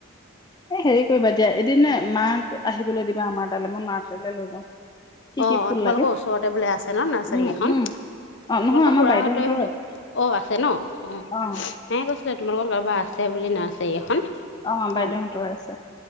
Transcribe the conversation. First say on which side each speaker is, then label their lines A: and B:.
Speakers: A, on the left; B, on the left.
A: এ হেৰি কৰিবা দিয়া, এদিন মাক আহিবলৈ দিবা। <unintelligible>
B: অ
A: কি ফুল
B: অ' তোমালোকৰ
A: লাগে?
B: ওচৰতে বোলে আছে ন নাৰচাৰী
A: উম,
B: এখন?
A: উম, অ', নহয়
B: তোমালোকৰ
A: আমাৰ
B: খুৰাহঁতই
A: বাইদেউহঁতৰ
B: বুলি, অ আছে ন অ।
A: অ',
B: কৈছিলে তোমালোকৰ কাৰোবাৰ আছে বুলি নাৰ্চাৰি এই এখন।
A: অ বাইদেউহঁতৰ
B: অঁ
A: আছে,